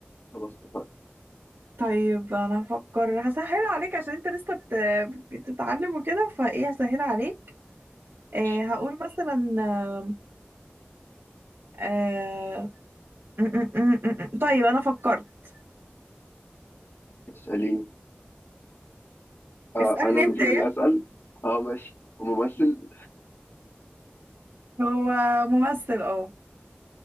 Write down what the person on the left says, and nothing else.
خلاص اتفقنا
ماشي
اسأليني آه
أنا المفروض
اللي
أسأل أه ماشي وممثل